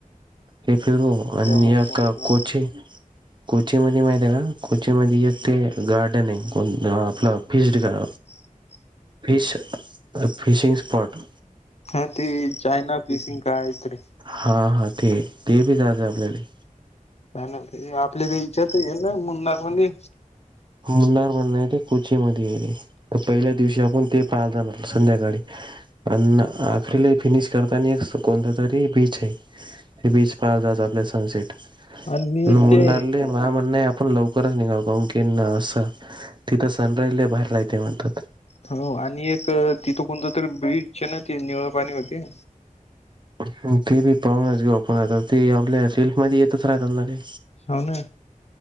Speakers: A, on the right; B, on the left.
A: ते फिरू आणि
B: मोठमोठा
A: या का कोचे कोचीमध्ये माहिती आहे का? कोची मध्ये एक ते गार्डन आहे कोण आपलं फिस्डं गा
B: <inaudible>
A: फिश, फिशिंग-स्पॉट.
B: हा ते चायना फिशिंग काय तरी.
A: हा हा ते, ते बी जायचयं आपल्याले.
B: त्याना आपल्या ते इच्यात येईल ना मुन्नार, मून्नी.
A: मुन्नार म्हणणं आहे ते कोची मध्ये आहे. तर पहिल्या दिवशी आपण ते पाहात जाणार संध्याकाळी. प्रन्नं आखरीला ही फिनिश करताना एक कोणता तरी बीच आहे? ते बीच पाहायला जायचं आपल्याला सनसेट.
B: आणि
A: मुंन्नारले
B: ते
A: मायं म्हणणं आपण लवकरच निघावं कावून की इन्नं असं तिथं सनराईज लई भारी राहीते म्हणतात.
B: हो आणि एक तिथं कोणतं तर ब्रीज आहे ना तिथं निळं पाणी होते?
A: अन ते बी पाहूनच घेऊ आपण आता ते आपल्या सेल्फ मध्ये येतंच राहतं ना रे.
B: हौ नं,